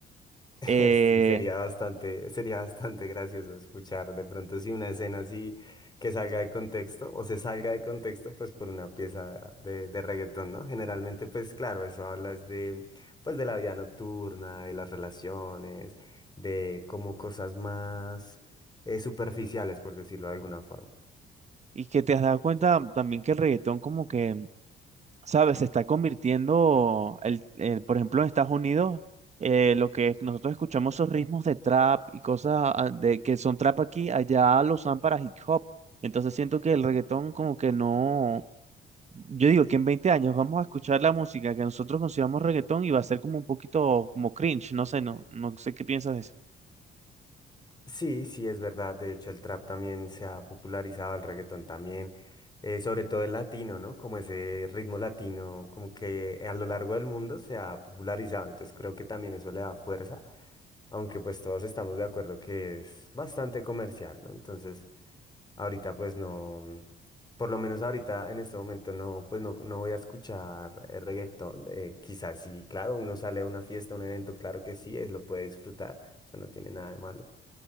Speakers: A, on the left; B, on the right.
A: <laughs>
B: eh,
A: Sí, sería bastante, sería bastante gracioso escuchar de pronto si una escena así que salga de contexto o se salga de contexto pues por una pieza de, de reggaetón, ¿no? Generalmente pues claro, eso hablas de pues de la vida nocturna, de las relaciones, de como cosas más eh, superficiales por decirlo de alguna forma.
B: y que te has dado cuenta también que el reggaetón como que ¿sabes? Se está convirtiendo, el, el- por ejemplo, en Estados Unidos, eh, lo que nosotros escuchamos, esos ritmos de trap y cosas ah, de, que son trap aquí, allá lo usan para hip hop. Entonces siento que el reggaetón como que no, yo digo que en 20 años vamos a escuchar la música que nosotros consideramos reggaetón y va a ser como un poquito como cringe, no sé, no, no sé qué piensas de eso.
A: Sí, sí, es verdad. De hecho, el trap también se ha popularizado, el reggaetón también, eh, sobre todo el latino, ¿no? Como ese ritmo latino, como que a lo largo del mundo se ha popularizado. Entonces creo que también eso le da fuerza, aunque pues todos estamos de acuerdo que es bastante comercial, ¿no? Entonces, ahorita pues no, por lo menos ahorita en este momento no, pues no, no voy a escuchar eh, reggaetón. eh, quizás sí, claro, uno sale a una fiesta, a un evento, claro que sí, es, lo puede disfrutar. Eso no tiene nada de malo.